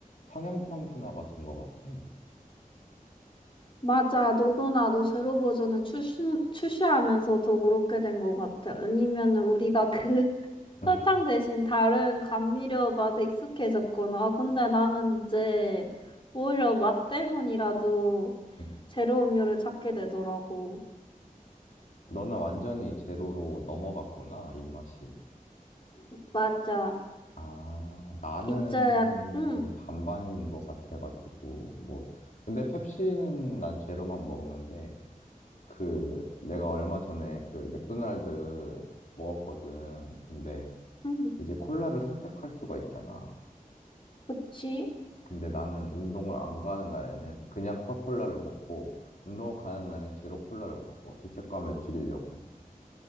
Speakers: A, on the left; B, on the left.
A: 상향평준화가 된 것 같아.
B: 맞아. 너도 나도 제로 버전을 출시, 출시하면서 더 그렇게 된 것 같아. 아니면 우리가 그 <laughs>
A: 음.
B: 설탕 대신 다른 감미료 맛에 익숙해졌구나. 아, 근데 나는 이제 오히려 맛 때문이라도
A: 음.
B: 제로 음료를 찾게 되더라고.
A: 너는 완전히 제로로 넘어갔구나, 입맛이.
B: 맞아.
A: 아, 나는
B: 이제 약, 응,
A: 좀 반반인 것 같아가지고, 뭐. 근데 펩시는 난 제로만 먹는데, 그, 내가 얼마 전에 그 맥도날드 먹었거든. 근데
B: 응,
A: 이제 콜라를 선택할 수가 있잖아.
B: 그치?
A: 근데 나는 운동을 안 가는 날에는 그냥 코카콜라를 먹고, 운동을 가는 날엔 제로 콜라를 먹어. 죄책감을 줄이려고.